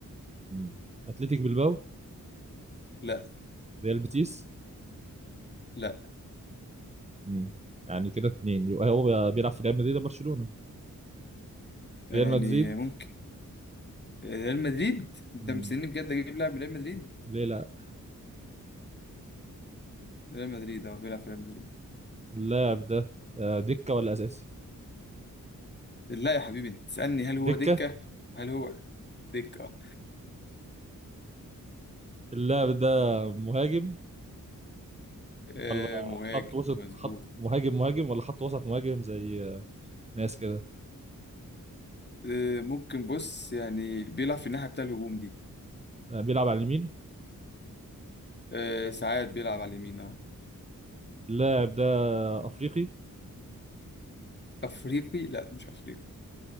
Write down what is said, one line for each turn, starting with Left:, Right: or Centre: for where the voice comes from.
Right: مم. اتلتيك بلباو
Left: لا
Right: ريال بيتيس
Left: لا
Right: مم. يعني كده اتنين يبقى هو بيلعب في ريال مدريد ولا برشلونة
Left: يعني
Right: ريال مدريد
Left: ممكن ريال مدريد انت
Right: مم.
Left: مستني بجد اجيب لاعب من ريال مدريد
Right: ليه لا
Left: ريال مدريد اه بيلعب في ريال مدريد
Right: اللاعب ده آه، دكة ولا أساسي
Left: لا يا حبيبي انت تسألني هل
Right: دكة
Left: هو دكة هل هو دكة اه
Right: اللاعب ده مهاجم
Left: آه،
Right: ولا
Left: مهاجم
Right: خط وسط
Left: مظبوط
Right: خط مهاجم مهاجم ولا خط وسط مهاجم زي آه، ناس كده
Left: آه ممكن بص يعني بيلعب في الناحية بتاع الهجوم دي
Right: آه، بيلعب على اليمين
Left: آه ساعات بيلعب على اليمين اه
Right: اللاعب ده أفريقي
Left: افريقي لا مش افريقي